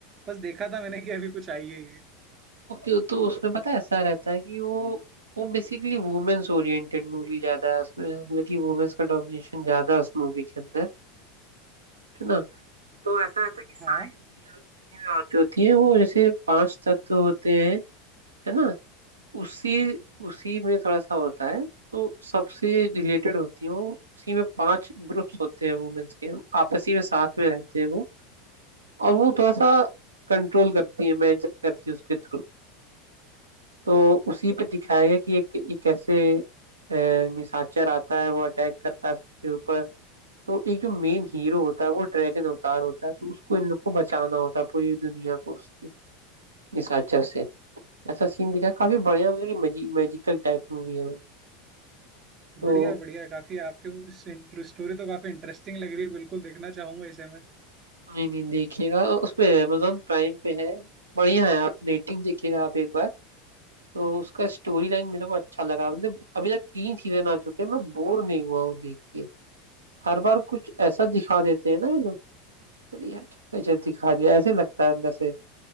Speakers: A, on the right; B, on the right.
A: बस देखा था मैंने कि अभी कुछ आई है ये
B: ओके तो उसमें पता है ऐसा रहता है कि वो वो बेसिकली वुमेन्स ओरिएंटेड मूवी ज्यादा है उसमें मतलब कि वुमेन्स का डोमिनेशन ज्यादा है उस मूवी के अंदर है ना तो ऐसा रहता है कि सारी
A: हाँ
B: women, जितनी भी औरतें होती हैं वो जैसे पांच तत्व होते हैं है ना उसी उसी में थोड़ा सा होता है तो सबसे रिलेटेड होती हैं वो उसी में पांच ग्रुप्स होते हैं वुमेन्स के आपसी में साथ में रहते हैं वो और वो थोड़ा सा कंट्रोल करती है मैजिक करती है उसके थ्रू तो उसी पे दिखाया गया कि एक एक कैसे अ, निशाचर आता है वो अटैक करता है सबके ऊपर तो एक जो मेन हीरो होता है वो ड्रैगन अवतार होता है तो उसको इन लोग को बचाना होता है पूरी दुनिया को उसके निशाचर से ऐसा सीन दिखा काफी बढ़िया मतलब कि मैजि, मैजिकल टाइप मूवी है वो तो
A: बढ़िया बढ़िया काफी आपके वो स्टोरी तो काफी इंटरेस्टिंग लग रही है बिल्कुल देखना चाहूंगा इसे मैं
B: नहीं नहीं देखिएगा उसपे अमेजोन प्राइम पे है बढ़िया है आप रेटिंग देखिएगा आप एक बार तो उसका स्टोरी लाइन मेरे को अच्छा लगा मतलब अभी तक तीन सीजन आ चुके हैं मैं बोर नहीं हुआ हूँ देख के हर बार कुछ ऐसा दिखा देते हैं ना ये लोग कहते यार क्या गजब दिखा दिया ऐसे लगता है अंदर से